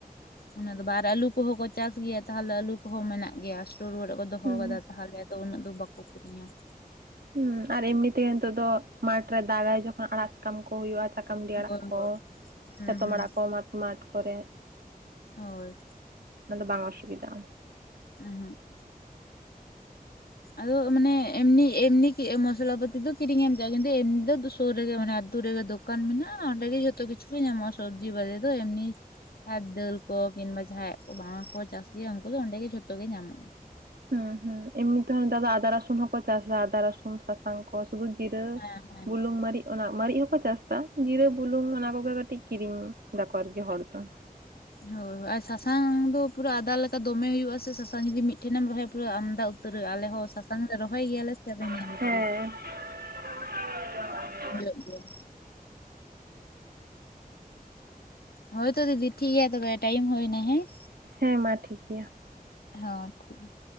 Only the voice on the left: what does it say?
ᱚᱱᱟ ᱫᱚ ᱵᱟᱨ ᱟᱞᱩ ᱠᱚᱦᱚᱸ ᱠᱚ ᱪᱟᱥ ᱜᱮᱭᱟ ᱛᱟᱦᱚᱞᱮ, ᱟᱞᱩ ᱠᱚᱦᱚᱸ ᱢᱮᱱᱟᱜ ᱜᱮᱭᱟ ᱥᱴᱳᱨ ᱚᱨᱮ ᱠᱚ ᱫᱚᱦᱚ
ᱟᱠᱟᱫᱟ ᱛᱟᱦᱚᱞᱮ ᱛᱚ ᱩᱱᱟᱹᱜ ᱫᱚ ᱵᱟᱠᱚ ᱠᱤᱨᱤᱧᱟ ᱾
ᱦᱳᱭ
ᱦᱳᱭ ᱦᱩᱸ
ᱦᱩᱸ
ᱦᱳᱭ ᱾
<unintelligible> ᱟᱫᱚ ᱢᱟᱱᱮ ᱮᱢᱱᱤ, ᱮᱢᱱᱤ ᱢᱚᱥᱞᱟ ᱯᱟᱹᱛᱤ ᱫᱚ ᱠᱤᱨᱤᱧ ᱮᱢᱱᱤ ᱫᱚ ᱫᱩᱥᱳ ᱨᱮᱜᱮ ᱢᱟᱱᱮ ᱟᱹᱛᱩ ᱨᱮᱜ ᱫᱚᱠᱟᱱ ᱢᱮᱱᱟᱜᱼᱟ᱾ ᱚᱸᱰᱮ ᱜᱮ ᱡᱚᱛᱚ ᱠᱤᱪᱷᱩ ᱧᱟᱢᱚᱜᱼᱟ ᱥᱚᱵᱽᱡᱤ ᱵᱟᱡᱮ ᱫᱚ ᱮᱢᱱᱤ ᱟᱨ ᱫᱟᱹᱞ ᱠᱚ ᱠᱤᱱᱵᱟ ᱡᱟᱦᱟᱸᱭᱟᱜ ᱠᱚ ᱵᱟᱝ ᱠᱚ ᱪᱟᱥ ᱩᱱᱠᱩ ᱫᱚ ᱚᱸᱰᱮ ᱜᱮ ᱡᱷᱚᱛᱚ ᱜᱮ ᱧᱟᱢᱚᱜᱼᱟ ᱾
ᱦᱮᱸ ᱦᱮᱸ
ᱦᱳᱭ, ᱦᱳᱭ ᱟᱨ ᱥᱟᱥᱟᱝ ᱫᱚ ᱯᱩᱨᱟ ᱟᱫᱟ ᱞᱮᱠᱟ‌ ᱫᱚᱢᱮ ᱦᱩᱭᱩᱜᱼᱟ ᱥᱮ ᱥᱟᱥᱟᱝ ᱡᱚᱫᱤ ᱢᱤᱫ ᱴᱷᱮᱱ ᱮᱢ ᱨᱚᱦᱚᱭᱟ ᱟᱢᱫᱟ ᱩᱛᱟᱹᱨᱟᱹ ᱟᱞᱮ ᱦᱚᱸ ᱥᱟᱥᱟᱝ ᱞᱮ ᱨᱚᱦᱚᱭ ᱜᱮᱭᱟᱞᱮ ᱥᱮ ᱟᱫ ᱧᱮᱞ
ᱠᱟᱫᱟᱧ ᱾
ᱦᱩᱭᱩᱜ ᱜᱮᱭᱟ ᱾ ᱦᱳᱭᱛᱳ ᱫᱤᱫᱤ ᱴᱷᱤᱠ ᱜᱮᱭᱟ, ᱛᱚᱵᱮ ᱴᱟᱭᱤᱢ ᱦᱩᱭᱱᱟ ᱦᱮᱸ ᱾
ᱦᱮ ᱴᱷᱤᱠ ᱜᱮᱭᱟ ᱾